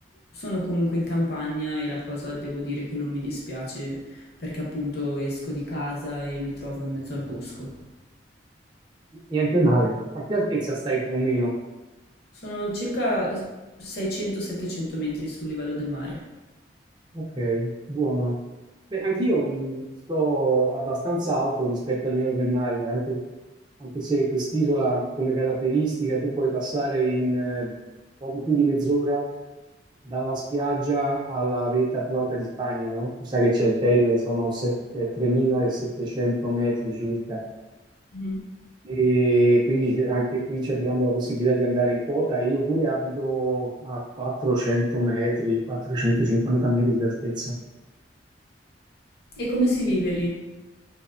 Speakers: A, on the left; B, on the right.
A: sono comunque in campagna e la cosa devo dire che non mi dispiace perché appunto esco di casa e mi trovo in mezzo al bosco.
B: niente male. A che altezza stai più o meno?
A: Sono circa 600-700 metri sul livello del mare.
B: Ok, buono. Beh, anch'io mh, sto abbastanza alto rispetto al livello del mare, anche, anche se quest'isola come caratteristica tu puoi passare in eh, poco più di mezz'ora dalla spiaggia alla vetta più alta di Spagna, no? Tu sai che c'è il Teide, sono sette- 3.700 metri circa.
A: Mhm.
B: E quindi anche qui ci abbiamo la possibilità di andare in quota. e Io pure abito a 400 metri, 450 metri di altezza.
A: E come si vive lì?